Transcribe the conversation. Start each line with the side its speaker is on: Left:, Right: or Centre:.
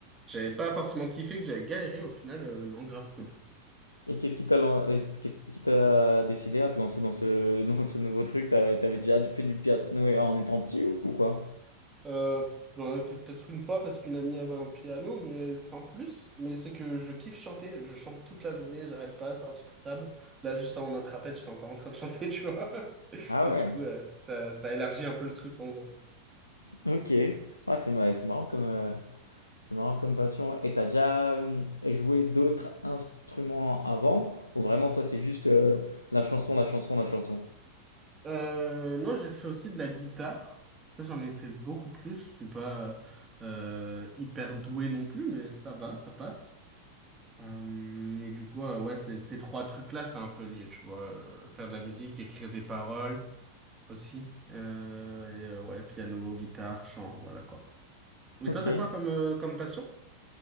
Right: j'avais pas forcément kiffé, que j'avais galéré. Au final, euh, non, grave cool.
Left: Et qu'est-ce qui t'a lan- euh, qu'est-ce qui t'a décidé à te lancer dans ce, <laughs> dans ce nouveau truc? T'avais, t'avais déjà fait du piano en étant petit ou ou quoi?
Right: Euh, j'en avais fait peut-être une fois parce qu'une amie avait un piano, mais sans plus. Mais c'est que je kiffe chanter. Je chante toute la journée, j'arrête pas, c'est insupportable. Là, juste avant notre appel, j'étais encore en train de chanter, <laughs> tu vois.
Left: Ah
Right: Et
Left: ouais,
Right: du coup, euh, ça, ça élargit un peu le truc, en gros.
Left: ok. Ah c'est ma- c'est marrant comme, euh, C'est marrant comme passion. Et t'as déjà euh, joué d'autres instruments avant? Ou vraiment, toi, c'est juste euh, la chanson, la chanson, la chanson?
Right: Euh, non, j'ai fait aussi de la guitare. Ça, j'en ai fait beaucoup plus. Je suis pas euh, hyper doué non plus, mais ça va, ça passe. Euh, et du coup, euh, ouais, ces, ces trois trucs-là, c'est un peu lié, tu vois. Euh, Faire de la musique, écrire des paroles. aussi. Euh, et, euh, ouais, piano, guitare, chant, voilà quoi. Et
Left: Ok.
Right: toi, t'as quoi comme, euh, comme passion?